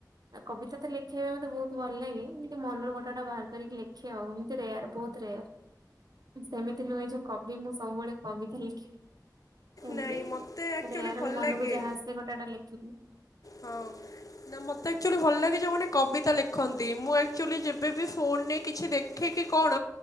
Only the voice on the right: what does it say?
ଆ କବିତା ତ ଲେଖିବା ପାଇଁ ମତେ ବୋହୁତ ଭଲ ଲାଗେ, ଏମିତି ମନୁରୁ ଗୋଟା ଗୋଟା ବାହାର କରିକି ଲେଖେ ଆଉ, ଏମିତି ରେୟାର ବୋହୁତ ରେୟାର, ସେମିତି ନୁହେଁ ଯେ କବି ମୁଁ ସବୁବେଳେ କବିତା ଲେଖିବି। ଏମତି
ରେୟାର
ମୋ ମନୁକୁ
ଯାହା ଆସେ ଗୋଟା ଗୋଟା ଲେଖିଦିଏ।